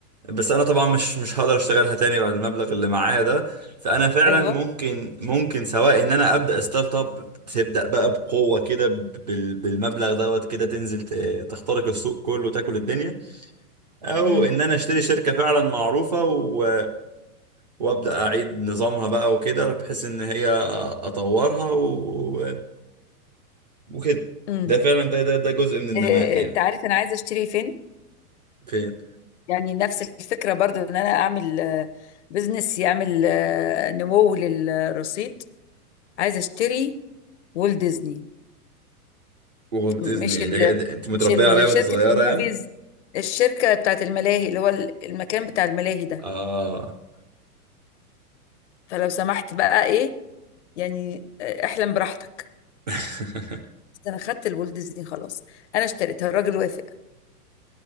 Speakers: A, on the right; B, on the left.
A: بس انا طبعا مش مش هقدر اشتغلها تاني بعد المبلغ اللي معايا ده فانا فعلا
B: ايوه
A: ممكن ممكن سواء ان انا ابدا ستارت اب تبدا بقى بقوه كده بال- بالمبلغ دوت كده تنزل ت- تخترق السوق كله وتاكل الدنيا او
B: امم
A: ان انا اشتري شركه فعلا معروفه و وابدا اعيد نظامها بقى وكده بحيث ان هي اطورها و... وكده
B: امم
A: ده فعلا ده ده ده جزء من النماء
B: إيه،
A: يعني
B: انت عارف انا عايزة اشتري فين
A: فين
B: يعني نفس الفكرة برضو ان انا اعمل آه، بزنس يعمل آه، نمو للرصيد عايزة اشتري وول ديزني
A: وولت
B: مش
A: ديزني يعني
B: ال...
A: انت متربيه
B: مش ال-
A: عليها وانت
B: شركة
A: صغيره
B: الموفيز
A: يعني
B: الشركة بتاعت الملاهي اللي هو ال- المكان بتاع الملاهي ده
A: اه
B: فلو سمحت بقى ايه يعني آه، احلم براحتك
A: <laughs>
B: بس انا خدت الولد ديزني خلاص انا اشتريتها الراجل وافق